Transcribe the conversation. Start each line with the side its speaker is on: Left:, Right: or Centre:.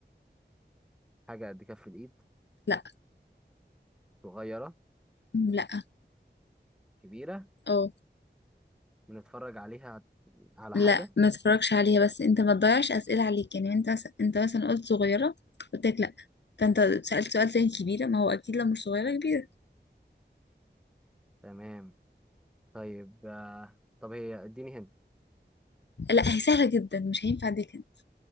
Centre: حاجة قد كف الإيد
Left: لا
Centre: صغيرة
Left: لا
Centre: كبيرة
Left: اه
Centre: بنتفرج عليها على
Left: لا
Centre: حاجة
Left: ما تتفرجش عليها بس انت ما تضيعش اسئله عليك يعني انت مثلا انت مثلا قلت صغيره قلت لك لا فانت سالت سؤال تاني كبيره ما هو اكيد لو مش صغيره كبيره
Centre: تمام طيب آه، طب هي اديني هنا
Left: لا هي سهله جدا مش هينفع اديك انت